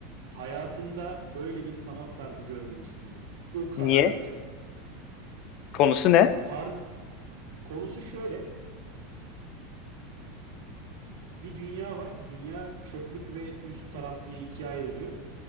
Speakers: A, on the right; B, on the left.
A: hayatında böyle bir sanat tarzı görmemişsindir. O kadar
B: Niye?
A: güzel.
B: Konusu ne?
A: Tarz konusu şöyle. bir dünya var. Dünya çöplük ve üst taraf diye ikiye ayrılıyor.